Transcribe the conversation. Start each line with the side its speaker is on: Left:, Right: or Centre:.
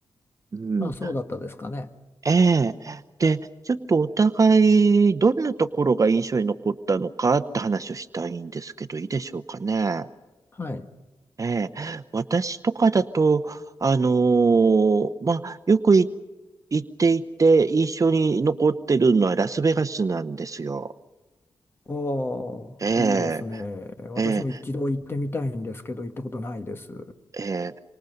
Right: うん。
Left: まあ、そうだったですかね。
Right: ええ。で、ちょっとお互いどんなところが印象に残ったのかって話をしたいんですけど、いいでしょうかね。
Left: はい。
Right: ええ、私とかだと、あのーまあ、よくい行っていて印象に残ってるのはラスベガスなんですよ。
Left: おお、
Right: ええ、
Left: いいですね。私も一度行ってみたいんですけど、
Right: ええ、
Left: 行ったことないです。
Right: え